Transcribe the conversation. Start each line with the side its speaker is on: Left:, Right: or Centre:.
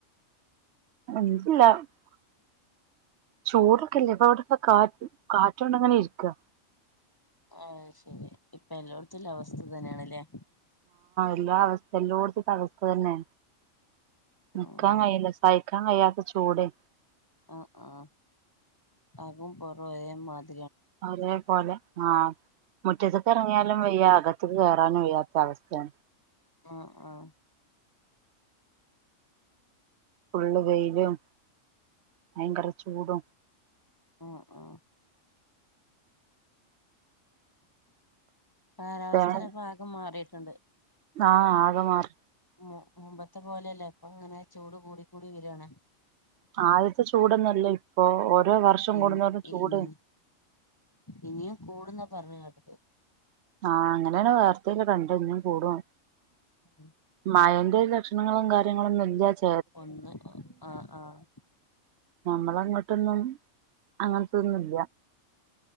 Right: <unintelligible> ചൂടൊക്കെല്ലേ ഇപ്പം അവിടെക്കെ കാറ്റ് കാറ്റോണ്ട് അങ്ങനെ ഇരിക്ക്യ.
Left: ആ ശരി ഇപ്പം എന്നോട് <unintelligible> അവസ്ഥ തന്നെയാണല്ലോ
Right: ഇതാ അവസ്ഥ എല്ലാടത്തുംഇതാ അവസ്ഥ തന്നെ നിക്കാൻ
Left: ഉം.
Right: കഴിയില്ല സയി നിക്കാൻ കഴിയാത്ത ചൂടാണ്
Left: ആഹ് ആഹ് അതും പൊറവേ മതി
Right: അതേ പോലെ ആഹ് മുറ്റത്തൊക്കെ ഇറങ്ങിയാനും വയ്യ അകത്ത് കേറാനും വയ്യാത്ത അവസ്ഥയാണ്
Left: ആഹ് ആഹ്
Right: ഫുൾ വെയിലും ഭയങ്കര ചൂടും
Left: ആ ആ കാലാവസ്ഥ
Right: ഫാൻ
Left: ഇപ്പം ആകെ മാറി ണ്ട്
Right: ആഹ് ആകമാറി
Left: മു മുമ്പത്തെ പോലെയല്ല ഇപ്പൊ അങ്ങനെ ചൂട് കൂടിക്കൂടി വരാണ്
Right: ആദ്യത്തെ ചൂടൊന്നുല്ല ഇപ്പൊ ഓരോ വർഷം
Left: ഇ
Right: കൂടുന്തോറും ചൂട്
Left: ഇനി ഇനിയും കൂടുന്ന പറഞ്ഞു കേട്ടത്
Right: ആഹ് അങ്ങനെയാണ് വാർത്തയില് കണ്ടത് ഇനീം കൂടൂന്ന്
Left: ഉം ഉം
Right: അയിന്റെ ഒരു ലക്ഷണങ്ങളും കാര്യങ്ങളും <unintelligible>
Left: ഒന്ന് ആഹ് ആഹ്
Right: നമ്മളങ്ങോട്ടൊന്നും അങ്ങനത്തതൊന്നും ഇല്ല